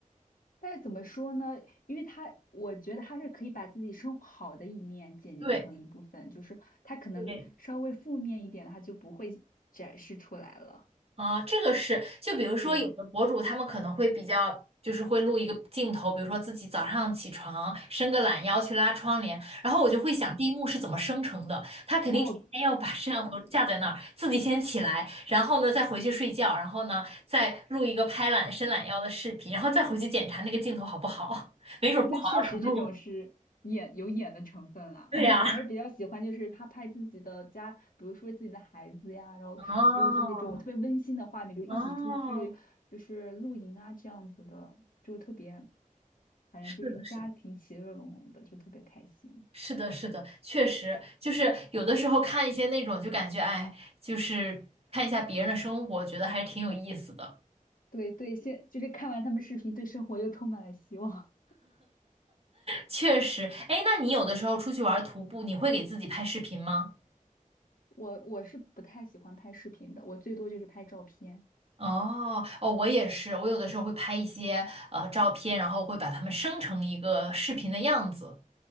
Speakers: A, on the left; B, on the right.
A: 但是怎么说呢？因为他，我觉得他是可以把自己生活好的一面剪辑成一部分，
B: 对，
A: 就是他可能稍微负面一点，
B: 对
A: 他就不会展示出来了。
B: 啊，这个是，就比如说有的博主他们可能会比较，
A: 对。
B: 就是会录一个镜头，比如说自己早上起床伸个懒腰去拉窗帘，然后我就会想第一幕是怎么生成的，
A: 嗯，
B: 他肯定提前要把摄像头架在那儿，
A: 那我
B: 自己先起来，然后呢再回去睡觉，然后呢再录一个拍懒伸懒腰的视频，然后再回去检查那个镜头好不好，<laughs> 没准儿不好要重录。
A: 那确实这种是演有演的成分啦，
B: 对呀，
A: <laughs> 我还是比较喜欢，就是他拍自己的家，比如说自己的孩子呀，然后就是那种特别温馨的画面，
B: 哦
A: 就一起出去就是露营啊这样子的，
B: 哦，
A: 就特别，反正就是一家庭其乐融融的，
B: 是的，是的，
A: 就特别开心。
B: 是的，是的，确实，就是有的时候看一些那种，就感觉哎，就是看一下别人的生活，觉得还是挺有意思的。
A: 对对，现就是看完他们视频，对生活又充满了希望。
B: 确实，哎，那你有的时候出去玩儿徒步，你会给自己拍视频吗？
A: <laughs> 我我是不太喜欢拍视频的，我最多就是拍照片。
B: 哦，哦，我也是，我有的时候会拍一些呃照片，然后会把它们生成一个视频的样子。